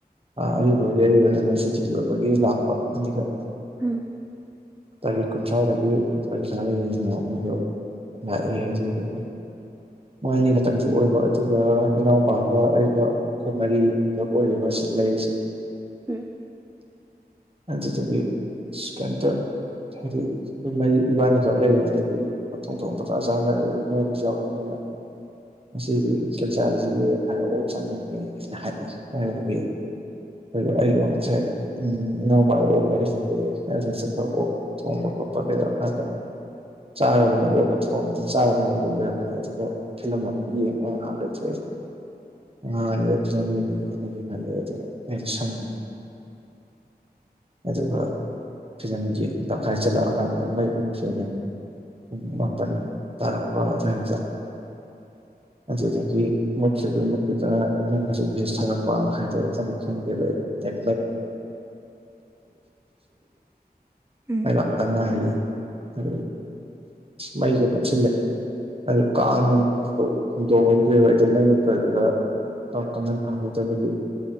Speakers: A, on the right; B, on the right.
A: ꯑꯔꯤꯕꯥꯎꯗꯤ ꯑꯔꯤꯕꯅꯦ ꯆꯤ ꯂ ꯑꯣꯏꯕꯒꯤ ꯂꯥꯛꯄ ꯑꯅꯤ ꯈꯔ
B: ꯎꯝ
A: ꯇꯥꯔꯤꯛ ꯀꯨꯟꯊ꯭ꯔꯥꯗꯒꯤ ꯄꯔꯤꯁꯥꯗ ꯌꯦꯉ ꯃꯣꯏꯗꯣ ꯁꯨ <unintelligible> ꯃꯥꯏꯅꯤ ꯈꯛꯇꯪꯁꯨ ꯑꯣꯏꯕ ꯑꯗꯨꯒ ꯏꯅꯥꯎꯄꯥꯒ ꯑꯩꯒ ꯑꯩꯈꯣꯏ ꯃꯔꯤꯗ ꯑꯣꯏꯔꯤꯕ ꯁꯤ ꯂꯩꯔꯤꯁꯦ
B: ꯎꯝ
A: ꯑꯗꯨꯗꯒꯤ ꯀꯩꯝꯇ ꯍꯥꯏꯗꯤ ꯑꯩꯈꯣꯏ ꯃꯩ ꯏꯕꯥꯅꯤ ꯈꯛ ꯂꯩꯔꯤꯉꯩꯗꯗꯤꯊꯣꯡ ꯊꯣꯡ ꯄꯆꯥ ꯆꯥꯝꯅ ꯑꯗꯨ ꯃꯣꯏꯅꯤ ꯌꯥꯎꯅ ꯃꯁꯤꯗꯤ ꯏꯟꯐꯨꯆꯥꯥꯔꯁꯤꯅ ꯑꯣꯞꯁꯟꯅꯤꯅꯦ ꯍꯥꯏꯅ ꯍꯥꯏꯕꯤ ꯑꯗꯨꯗꯒꯤ ꯑꯗꯨ ꯑꯩꯗ ꯉꯁꯦ ꯎ ꯏꯅꯥꯎꯄꯥ ꯑꯣꯛꯂꯦ ꯍꯥꯏꯖꯒꯦ ꯅꯁꯠ ꯈꯔ ꯑꯣꯛ ꯊꯣꯡꯕ ꯈꯣꯠꯄ ꯀꯩꯗꯧꯔ ꯀꯥꯟꯗ ꯆꯥꯔꯕꯅꯤ ꯑꯣꯛ ꯀꯊꯣꯡꯑꯅꯤꯅ ꯆꯥꯗꯅ ꯂꯣꯏꯔꯕꯅꯦ ꯑꯗꯨꯒ <unintelligible> ꯌꯦꯡ ꯉꯍꯥꯛ ꯂꯩꯊꯣꯛ ꯑꯦ ꯑ ꯐ ꯁ <unintelligible> ꯑꯗꯨꯒ ꯐꯤꯖꯒꯤ ꯇꯪꯈꯥꯏ ꯆꯜꯂꯛꯑꯀꯥꯟꯗ ꯃꯩ ꯃꯨꯛꯁꯦꯅꯦ ꯄꯨꯡ ꯇꯟ ꯇꯥꯔꯛꯄ <unintelligible> ꯑꯗꯨꯗꯒꯤ ꯃꯨꯠꯈꯤꯕꯗꯨ ꯃꯨꯠꯗꯅ ꯅꯪ ꯍꯧꯖꯤꯛ ꯚꯦꯁ ꯊꯥꯔꯛꯄ ꯍꯥꯏꯔꯣ ꯑꯗꯨ ꯈꯪꯕꯤꯔꯣꯏ <unintelligible> <unintelligible>
B: ꯎꯝ
A: ꯃꯥꯏ ꯂꯥꯛꯄꯗ ꯉꯥꯏꯔꯤ ꯑꯗꯨ ꯃꯩꯁꯨ ꯀꯛꯁꯤꯟꯂꯦ ꯑꯗꯨ ꯀꯥꯡ ꯑꯗꯨ ꯍꯨꯟꯗꯣꯛꯍꯧꯗ꯭ꯔꯦꯕ ꯑꯩꯗꯣ ꯃꯩ ꯃꯨꯠꯈꯔ <unintelligible> ꯀꯥꯡꯈꯟ ꯊꯍꯧꯗꯕꯒꯤ